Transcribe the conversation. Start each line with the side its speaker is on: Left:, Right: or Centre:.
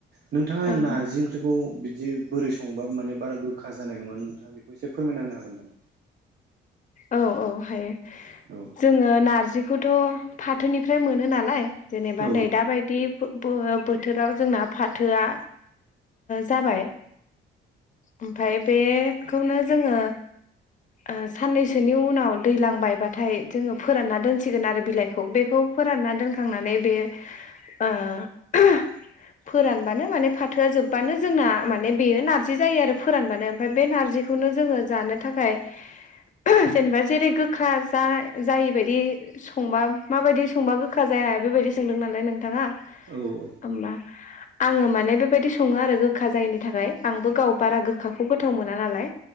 Right: नोंथाङा
Left: ओं
Right: नारजि ओंख्रि बेखौ बिदि बोरै संबा माने बारा गोखा जानाय नङा नोंथाङा बेखौ एसे फोरमायना होनो हागोन नामा
Left: औ औ हायो
Right: औ
Left: जोङो नारजि खौथ' फाथोनिफ्राय मोनो नालाय जेनेबा
Right: औ
Left: नै दा बायदि बो बोथोराव जोंना फाथोआ जाबाय ओमफ्राय बेखौनो जोङो ओ साननैसोनि उनाव दैज्लां बायबाथाय जोङो फोरानना दोनसिगोन आरो बिलाइखौ बेखौ फोरानना दोनखांनानै बे ओ ओम फोरानबानो माने फाथोआ जोब्बानो जोंना माने बेयो नारजि जायो आरो फोरानबानो ओमफ्राय बे नार्जिखौनो जोङो जानो थाखाय ओम जेनेबा जेरै गोखा जा जायिबायायदि संबा माबायदि संबा गोखा जाया बेबायदि सोंदों नालाय नोंथाङा
Right: औ औ
Left: होमबा आङो माने बेबायदि सङो आरो गोखा जायैनि थाखाय आंबो गाव बारा गोखाखौ गोथाव मोना मोना नालाय